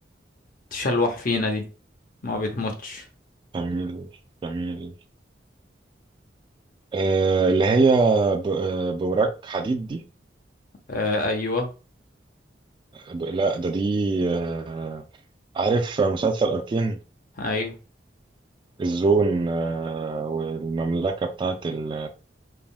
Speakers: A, on the left; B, on the right.
A: تشلوح فينا دي ما بتموتش
B: كميل كميل آه اللي هي ب... آه، بوراك حديد دي
A: آه ايوه
B: ب... لا ده دي آه، عارف مسلسل أركين
A: ايوه
B: الزون آه، والمملكة بتاعت ال